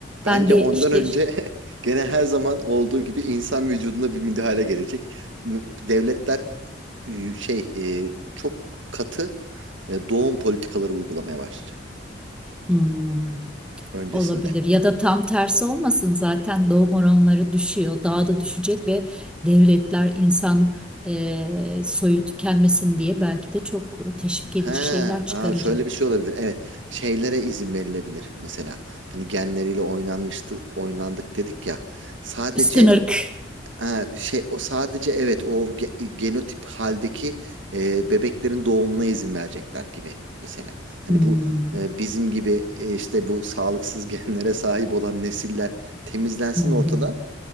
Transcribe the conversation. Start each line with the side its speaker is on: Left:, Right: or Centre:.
Right: Bence
Centre: Ben bir
Right: ondan
Centre: işte
Right: önce <laughs> gene her zaman olduğu gibi insan vücuduna bir müdahale gelecek. Devletler e, şey e, çok katı e, doğum politikaları uygulamaya başlayacak
Centre: hmm,
Right: öncesinde.
Centre: olabilir ya da tam tersi olmasın zaten doğum oranları düşüyor. Daha da düşecek ve devletler insan e, soyu tükenmesin diye belki de çok teşvik
Right: Ha,
Centre: edici şeyler çıkaracak.
Right: aa şöyle bir şey olabilir. Evet, şeylere izin verilebilir mesela. Hani genleriyle oynanmıştı, oynandık dedik ya. Sadece
Centre: Üstün ırk.
Right: ha, şey o sadece evet o ge- genotip haldeki e, bebeklerin doğumuna izin verecekler gibi mesela. Hani
Centre: Hmm,
Right: bu e, bizim gibi e, işte bu sağlıksız <laughs> genlere sahip olan nesiller temizlensin
Centre: Hı hı.
Right: ortadan.